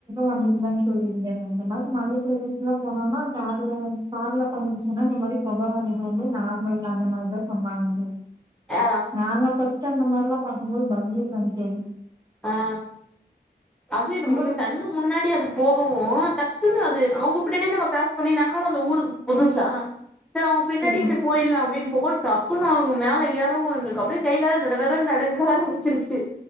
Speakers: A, on the right; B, in the centre.
A: வந்ததுதா தோழி இருந்த அந்த மாறி மலை பிரதேசலா போனோனா கார் அதுல கார்ல பழந்துச்சுன்னா இந்த மாறி பொக வரது வந்து நார்மல் அந்த மாறிதா சொன்னாங்கா
B: ஆ
A: நாங்க ஃபர்ஸ்ட்டு அந்த மார்லா பான்னுபோது <unintelligible>
B: ஆ அது நம்மளுக்கு
A: உங்களுக்கு
B: கண்ணு முன்னாடி அது போகவு டக் அதுங்க அது அவுங்க பின்னாடியே நம்ப க்ராஸ் பண்ணி நாங்களு அந்த ஊருக்கு புதுசா சேர் அவுங்க பின்னாடியே
A: புரியுது
B: இப்டி போயிட்லா அப்டின்னு அப்பப டக்குனு அவுங்க மேல ஏறவு எங்களுக்கு அப்டே கைகால்ல டடடடானு நடுங்க ஆரம்பிச்சிருச்சு